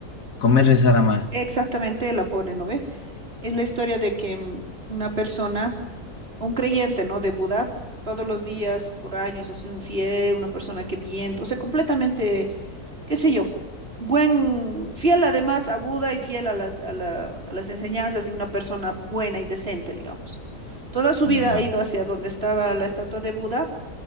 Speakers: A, on the left (about 65°); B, on the right (about 40°).
A: Comer, rezar, amar.
B: Exactamente, la pone, ¿no ve? Es la historia de que mm, una persona un creyente, ¿no? De Buda, todos los días, por años, ha sido un fiel, una persona que bien, o sea, completamente, qué sé yo, buen, fiel además a Buda y fiel a las, a la- a las enseñanzas y una persona buena y decente, digamos. Toda su
A: Ya.
B: vida ha ido hacia donde estaba la estatua de Buda